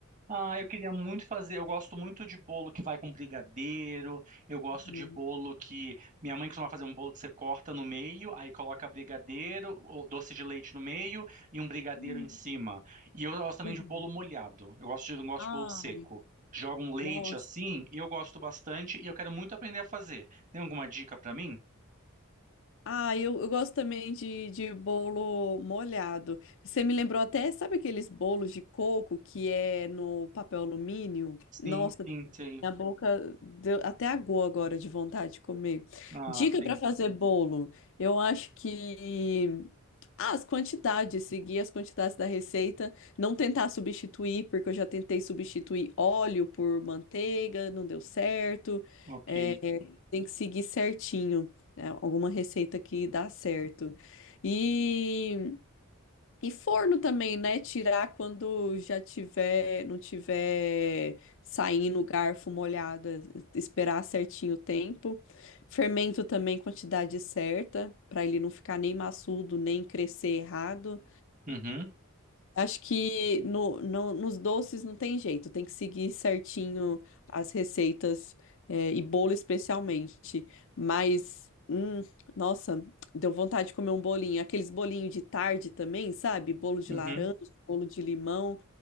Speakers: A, on the right; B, on the left.
A: Ah, eu queria muito fazer. Eu gosto muito de bolo que vai com brigadeiro. Eu gosto
B: <laughs>
A: de bolo que minha mãe costuma fazer um bolo que você corta no meio, aí coloca brigadeiro ou doce de leite no meio e um brigadeiro
B: Uhum.
A: em cima. E eu gosto também
B: Uhum.
A: de bolo molhado. Eu gosto de, não gosto
B: Ai,
A: de bolo seco. Joga um leite
B: nossa.
A: assim, eu gosto bastante e eu quero muito aprender a fazer. Tem alguma dica para mim?
B: Ah, eu, eu gosto também de, de bolo molhado. Você me lembrou até, sabe aqueles bolos de coco que é no papel alumínio?
A: Sim,
B: Nossa,
A: sim, sei.
B: Minha boca deu até aguou agora de vontade de comer.
A: Ah,
B: Dica
A: sim.
B: para fazer bolo. Eu acho que ah, as quantidades, seguir as quantidades da receita, não tentar substituir, porque eu já tentei substituir óleo por manteiga, não deu certo.
A: Ok.
B: É, tem que seguir certinho, é, alguma receita que dá certo. E e forno também, né? Tirar quando já tiver, não tiver saindo o garfo molhado, esperar certinho o tempo. Fermento também, quantidade certa, para ele não ficar nem maçudo, nem crescer errado.
A: Uhum,
B: Acho que no, no- nos doces não tem jeito, tem que seguir certinho as receitas, é, e bolo especialmente. Mas, hum, nossa, deu vontade de comer um bolinho. Aqueles bolinhos de tarde também, sabe? Bolo de
A: uhum.
B: laranja, bolo de limão.